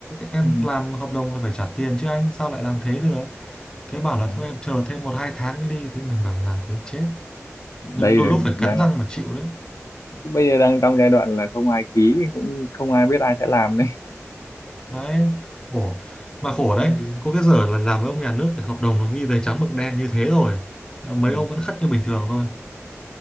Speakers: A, on the left; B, on the left.
A: em
B: Ừ.
A: làm hợp đồng là phải trả tiền chứ anh sao lại làm thế được thế bảo
B: Đấy.
A: là thôi em chờ thêm một hai tháng nữa đi thế mình bảo làm thế chết
B: đây
A: nhưng đôi
B: là
A: lúc phải
B: đang
A: cắn răng mà chịu đấy
B: chứ bây giờ đang trong giai đoạn là không ai ký cũng không ai biết ai sẽ làm đấy
A: đấy khổ mà khổ đấy
B: Ừ.
A: có cái giờ là làm với ông nhà nước thì hợp đồng nó ghi giấy trắng mực đen như thế rồi mấy
B: Ừ.
A: ông vẫn khất như bình thường thôi